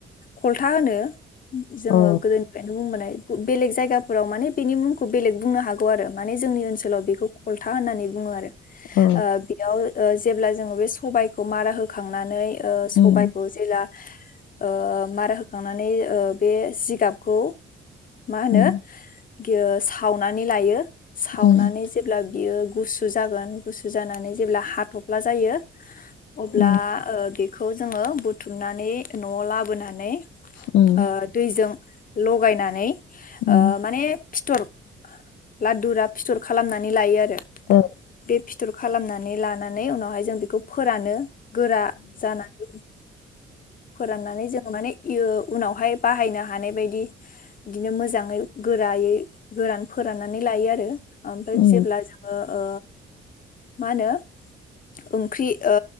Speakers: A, on the left (about 45°); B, on the left (about 75°).
A: खलथा होनो जोंङो
B: अ
A: गोदोनिफ्रायनो बुंबोनाय। बेलेग जायगाफोराव माने बेनि मुंखौ बेलेग बुंनो हागौ आरो माने जोंनि ओनसोलाव बेखौ खलथा होननानै बुङो आरो।
B: अ
A: ओ बेयाव ओ जेब्ला जोंङो बे सबायखौ मारा होखांनानै ओ सबायखौ
B: उम
A: जेला। ओ मारा होखांनानै ओ बे जिगाबखौ मा होनो
B: उम
A: बियो सावनानै लायो। सावनानै
B: उम
A: जेब्ला बियो गुसु गुसु जागोन गुसु जानानै जेब्ला हाथब जायो अब्ला
B: उम
A: ओ बे खौ जोंङो बुथुमनानै न'आव लाबोनानै
B: उम
A: ओ दैजों लगायनानै
B: उम
A: ओ माने फिथर लादुरा फिथर खालामनानै लायो आरो।
B: ओ
A: बे फिथर खालामना नै लानानै उनावहाय जों बेखौ फोरानो। गोरा जानांगोन। फोराननानै जों माने यो उनावहाय बाहायनो हानाय बायदि बिदिनो मोजाङै गोरायै गोरान फोराननानै लायो आरो। ओमफ्राय
B: उम
A: जेब्ला जोंङो ओ मा होनो ओंख्रि ओ